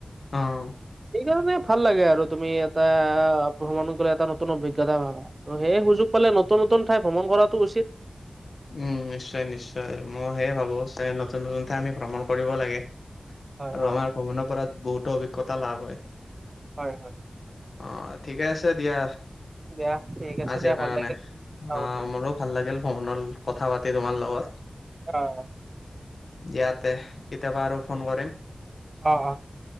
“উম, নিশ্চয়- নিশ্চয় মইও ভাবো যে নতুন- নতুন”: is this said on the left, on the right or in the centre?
Left